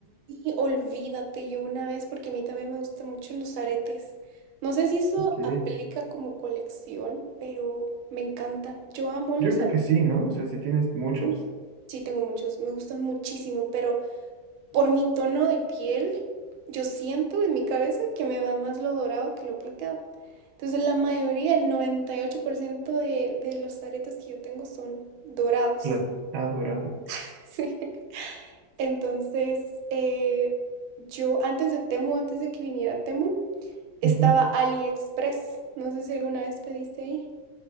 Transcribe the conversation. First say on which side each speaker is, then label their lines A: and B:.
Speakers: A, on the right; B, on the right.
A: sí, olvídate, yo una vez, porque a mí también me gustan mucho los aretes. No sé si eso
B: Ok.
A: aplica como colección, pero me encantan. Yo amo los
B: Yo creo
A: aretes.
B: que sí, ¿no? O sea, si tienes muchos,
A: Sí, tengo muchos, me gustan muchísimo, pero por mi tono de piel, yo siento en mi cabeza que me va más lo dorado que lo plateado. Entonces, la mayoría, el 98% de, de los aretes que yo tengo son dorados.
B: plat- ah, dorado.
A: <laughs> Sí. Entonces, eh, yo antes de Temu, antes de que viniera Temu, estaba
B: Ujú.
A: AliExpress. No sé si alguna vez pediste ahí.